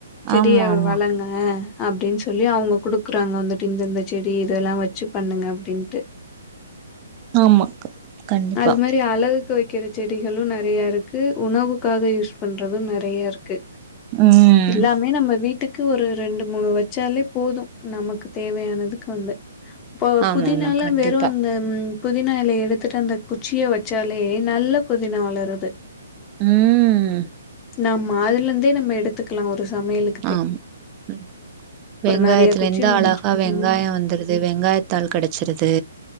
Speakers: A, on the left; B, on the right.
A: செடிய
B: ஆம்மாம்
A: வளங்க அப்டின் சொல்லி அவுங்கு குடுக்குறாங்க இந்த இந்த செடி இதெல்லா வச்சு பண்ணுங்க அப்டின்ட்டு
B: ஆமா கண்டிப்பா
A: அது மாரி அழ க்கு வக்கிற செடிகளு நெறையா இருக்கு உணவுக்காக யூஸ் பண்றது நெறையா இருக்கு
B: ம்
A: எல்லாமே நம்ம வீட் டுக்கு ஒரு ரெண்டு மூணு வச்சாலே போது நமக்கு தேவையானதுக்கு வந்து போ
B: ஆமா
A: புதினால
B: ஆமா கண்டிப்பா
A: வெறு அந்த அம் புதினா எலைய எடுத்துட்டு அந்த குச்சிய வச்சாலே நல்ல புதினா வளருது
B: ம்
A: நம் மாதுலருந்தே நம்ம எடுத்துக்கலா ஒரு சமையலுக்
B: ஆம் ம் வெங்காயத்துல
A: நெறைய குச்சி
B: இருந்து
A: ஒன்னு
B: அழகா
A: வச்சு
B: வெங்காயோ
A: ம்
B: வந்துருது வெங்காயத்தாள் கெடைச்சிருது